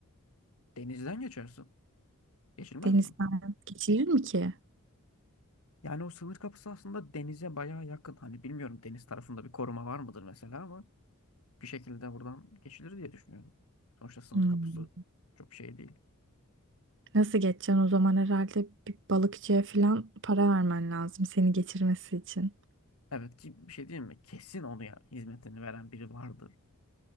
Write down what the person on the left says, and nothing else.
Denizden geçersin. Geçilmez
mi?
Yani o sınır kapısı aslında denize bayağı yakın. Hani bilmiyorum deniz tarafında bir koruma var mıdır mesela ama bir şekilde buradan geçilir diye düşünüyorum. Sonuçta sınır
kapısı çok şey değil.
Evet ki bir şey değil mi? Kesin onu ya hizmetini veren biri vardır.